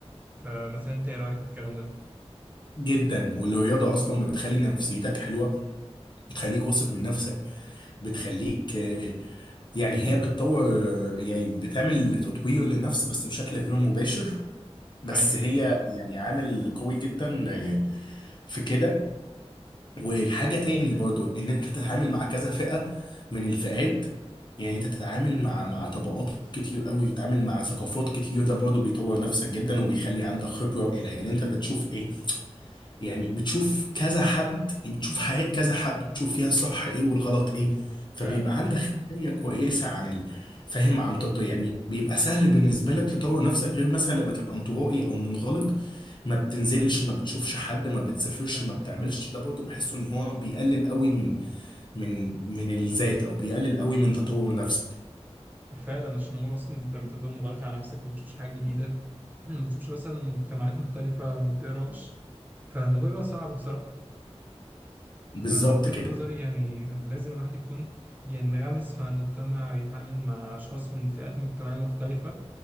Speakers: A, on the right; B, on the left.
A: فمثلا انت ايه رأيك في الكلام ده
B: جدا والرياضه اصلا بتخلي نفسيتك حلوه بتخليك واثق من نفسك بتخليك آه، يعني هي بتطور يعني بتعمل تطوير للنفس بس بشكل غير مباشر بس
A: حقيقي
B: هي يعني عامل قوي جدا آه، في كده وحاجة تاني برضو ان انت تتعامل مع كذا فئة من الفئات يعني انت تتعامل مع مع طبقات كتير قوي تتعامل مع ثقافات كتير ده برضو بيطور نفسك جدا وبيخلي عندك خبرة الى ان انت بتشوف ايه يعني بتشوف كذا حد بتشوف حياة كذا حد بتشوف فيها الصح ايه والغلط ايه فبيبقى
A: فعلا
B: عندك
A: اه
B: خلفية كويسة عن ال... فاهم عن تط... يعني بيبقى سهل بالنسبة لك تطور نفسك غير مثلا لما تبقى انطوائي او منغلق ما بتنزلش ما بتشوفش حد ما بتسافرش
A: فعلا
B: ما بتعملش
A: اه
B: ده برضه بحسه ان هو بيقلل قوي من من من الذات او بيقلل قوي من تطور نفسك
A: فعلا عشان هو اصلا انت لما تفضل مغلق على نفسك ما تشوفش حاجه جديده <clears throat> ما تشوفش مثلا مجتمعات مختلفه ما بتقراش فالموضوع بيبقى صعب بصراحه
B: بالظبط
A: فمن وجهه
B: كده
A: نظري يعني لازم الواحد يكون ينغمس مع المجتمع يتعامل مع اشخاص من فئات مجتمعيه مختلفه